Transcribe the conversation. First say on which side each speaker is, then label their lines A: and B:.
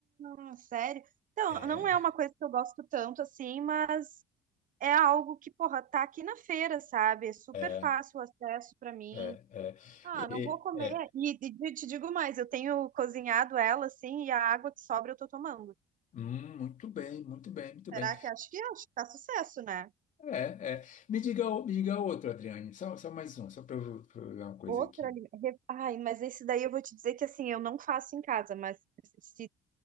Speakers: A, on the right; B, on the left.
A: Ah, sério? Então,
B: É,
A: não é uma coisa que eu gosto tanto assim, mas é algo que, porra, tá aqui na feira, sabe? É super
B: é,
A: fácil o acesso para mim.
B: é, é.
A: Ah,
B: E-
A: não vou comer.
B: e- é.
A: E, e te digo mais, eu tenho cozinhado ela assim e a água que sobra eu tô tomando.
B: Hum, muito bem, muito bem, muito bem.
A: Será que acho que acho que tá sucesso, né?
B: É, é. Me diga, o- me diga outro, Adriane. Só, só mais um, só para eu, pra eu ver uma coisa
A: Outra.
B: aqui.
A: ali- re- Ai, mas esse daí eu vou te dizer que assim, eu não faço em casa, mas se